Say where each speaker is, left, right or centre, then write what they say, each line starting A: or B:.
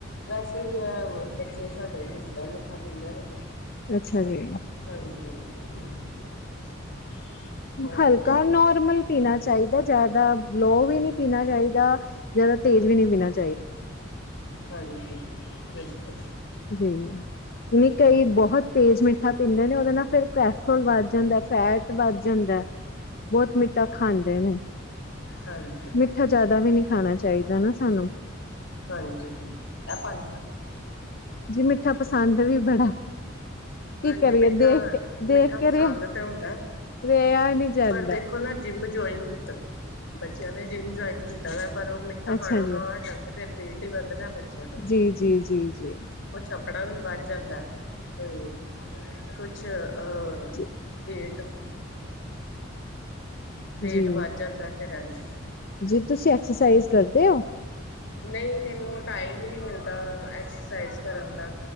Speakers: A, on the left (about 65°); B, on the left (about 50°).
A: ਵੈਸੇ ਵੀ ਬੱਚੇ ਸਾਡੇ ਹਲਕਾ ਮਿੱਠਾ ਪੀਂਦੇ ਨੇ।
B: ਅੱਛਾ ਜੀ।
A: ਹਾਂਜੀ <inaudible>
B: ਹਲਕਾ
A: ਦੱਸੋ
B: ਨੋਰਮਲ ਪੀਣਾ ਚਾਹੀਦਾ ਜਿਆਦਾ ਲੋਹ ਵੀ ਨਹੀਂ ਪੀਣਾ ਚਾਹੀਦਾ ਜਿਆਦਾ ਤੇਜ਼ ਵੀ ਨਹੀਂ ਪੀਣਾ ਚਾਹੀਦਾ।
A: ਹਾਂਜੀ ਬਿਲਕੁਲ
B: ਜੀ। ਨਹੀਂ ਕਈ ਬਹੁਤ ਤੇਜ਼ ਮਿੱਠਾ ਪੀਂਦੇ ਨੇ ਉਹਦੇ ਨਾਲ ਫਿਰ ਕੈਸਟਰੋਲ ਵੱਧ ਜਾਂਦਾ ਫੈਟ ਤੇ ਵੱਧ ਜਾਂਦਾ ਬਹੁਤ ਮਿੱਠਾ ਖਾਂਦੇ ਨੇ।
A: ਹਾਂਜੀ
B: ਮਿੱਠਾ ਜ਼ਿਆਦਾ ਵੀ ਨਹੀਂ ਖਾਣਾ ਚਾਹੀਦਾ ਨਾ ਸਾਨੂੰ
A: ਹਾਂਜੀ ਇਹ ਭਾਂਡੇ ਰੱਖ
B: ਜੀ ਮਿੱਠਾ ਪਸੰਦ ਵੀ ਬੜਾ ਕੀ
A: ਹਾਂਜੀ
B: ਕਰੀਏ
A: ਮਿੱਠਾ-ਮਿੱਠਾ
B: ਦੇਖ ਕੇ ਦੇਖ ਕੇ
A: ਪਸੰਦ
B: ਰਿਹਾ
A: ਤੇ ਹੁੰਦਾ।
B: ਰਿਹਾ ਨਹੀਂ ਜਾਂਦਾ
A: ਪਰ ਦੇਖੋ ਨਾ ਜਿੰਮ ਜੁਆਇਨ ਕੀਤਾ ਬੱਚਿਆਂ ਨੇ ਜਿੰਮ ਜੁਆਇਨ ਕੀਤਾ ਦਾ ਪਰ ਉਹ ਮਿੱਠਾ ਖਾਣਾ
B: ਅੱਛਾ
A: ਉਹ
B: ਜੀ
A: ਹੱਟਣ ਤੇ ਫਿਰ ਵੇ ਕੀ ਵੱਧਣਾ ਬੱਚਿਆਂ ਦਾ
B: ਜੀ ਜੀ ਜੀ ਜੀ
A: ਕੁਝ ਆਪਣਾ ਵੀ ਵੱਧ ਜਾਂਦਾ ਹੈ। ਕੁਛ ਅ
B: ਜੀ
A: ਵੇਟ ਵੇਟ
B: ਜੀ
A: ਵੱਧ ਜਾਂਦਾ ਫਿਰ ਐਂਜ
B: ਜੀ ਤੁਸੀ ਐਕਸਰਸਾਈਜ਼ ਕਰਦੇ ਹੋ।
A: ਨਹੀਂ ਮੈਨੂੰ ਟਾਈਮ ਹੀ ਨਹੀਂ ਮਿਲਦਾ ਐਕਸਰਸਾਈਜ਼ ਕਰਨ ਦਾ